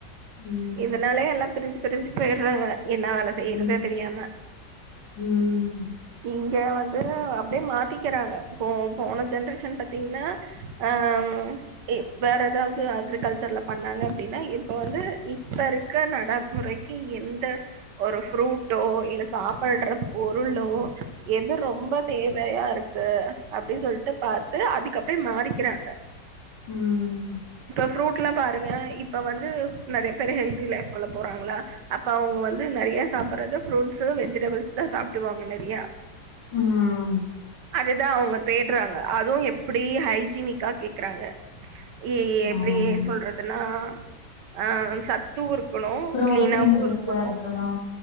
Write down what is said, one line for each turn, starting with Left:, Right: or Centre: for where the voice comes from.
Left: ம்
Right: இதனால எல்லா பிரிஞ்சு பிரிஞ்சி போயறாங்க என்னா வேல செய்றதுனே
Left: ம்
Right: தெரியாம
Left: ம்
Right: இங்க வந்து அப்டே மாத்திக்கிறாங்க இப்போ போன ஜென்ரேஷன் பாத்திங்னா ஆ ம் வேற எதாவுது அக்ரிகல்ச்சர்ல பண்ணாங்க அப்டின்னா இப்ப வந்து இப்பருக்க நடமுறைக்கி எந்த ஒரு ஃப்ரூட்டோ இல்ல சாப்பட்ற பொருளோ எது ரொம்ப தேவையாருக்கு அப்டி சொல்ட்டு பாத்து அதுக்கப்டே மாறிக்கறாங்க
Left: ம்
Right: ஃப்ரூட்லா பாருங்க இப்ப வந்து நெறைய பேரு ஹெல்தி லைஃப்க்குள்ள போறாங்ளா அப்ப அவுங்க வந்து நெறைய சாப்படறது ஃப்ரூட்ஸு வெஜிடபுள்ஸ் தா சாப்டுவாங்க நெறியா
Left: ம்
Right: அதுதா அவுங்க தேட்றாங்க அதுவு எப்டி ஹைஜீனிக்கா கேக்றாங்க எ எப்டி
Left: ஆ
Right: சொல்றதுனா ஆ சத்து இருக்குணு,
Left: புரோட்டீன்
Right: கிளீனாவு
Left: ரிச்சா
Right: இருக்குணு,
Left: இருக்கணு